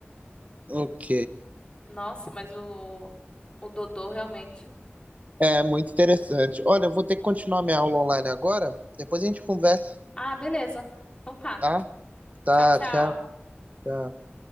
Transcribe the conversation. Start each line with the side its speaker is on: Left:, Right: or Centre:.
Right: Ok.
Left: Nossa, mas o, o Dodô realmente.
Right: É muito interessante. Olha, eu vou ter que continuar minha aula online agora. Depois a gente conversa,
Left: Ah, beleza. Então tá.
Right: tá? Tá,
Left: Tchau, tchau.
Right: tchau. tchau.